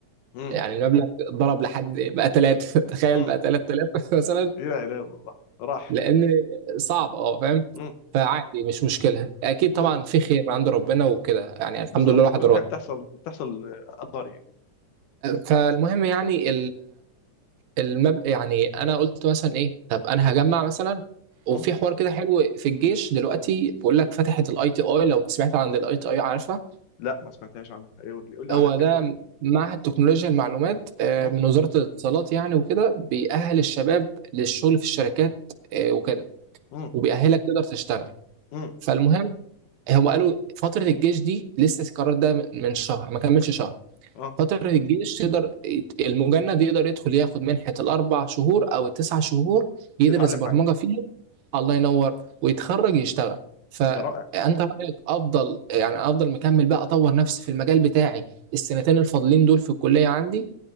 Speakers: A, on the left; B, on the right.
A: مم.
B: يعني المبلغ ضرب لحد بقى ثلاثة <laughs> تخيل
A: مم.
B: بقى 3000 <laughs> مثلا
A: لا اله الا الله راح
B: لان صعب اه فاهم
A: مم.
B: فعادي مش مشكله اكيد
A: مم.
B: طبعا في خير من عند ربنا وكده يعني الحمد
A: بالظبط
B: لله الواحد
A: كل
B: راضي
A: حاجه بتحصل بتحصل آه، قدر يعني
B: فالمهم يعني المبلغ يعني انا قلت مثلا ايه طب انا
A: مم.
B: هجمع مثلا وفي
A: مم.
B: حوار كده حلو في الجيش دلوقتي بيقول لك فتحت الاي تي اي لو سمعت عن الاي تي اي عارفها
A: لا ما سمعتهاش عنها ايه قول لي قول لي
B: هو
A: عنها كده
B: ده
A: شويه
B: معهد تكنولوجيا المعلومات آه،
A: مم.
B: من وزارة الاتصالات يعني وكده بيأهل الشباب للشغل في الشركات آه، وكده
A: مم.
B: وبيأهلك تقدر تشتغل
A: مم.
B: فالمهم هم قالوا فترة الجيش دي لسه القرار ده من شهر ما كملش شهر
A: اه
B: فترة الجيش تقدر المجند يقدر يدخل ياخد منحة الأربع شهور أو التسع شهور يدرس
A: تتعلم
B: برمجة
A: حاجه
B: فيها الله ينور ويتخرج يشتغل فأنت
A: ده رائع
B: رأيك أفضل يعني أفضل مكمل بقى أطور نفسي في المجال بتاعي السنتين الفاضلين دول في الكلية عندي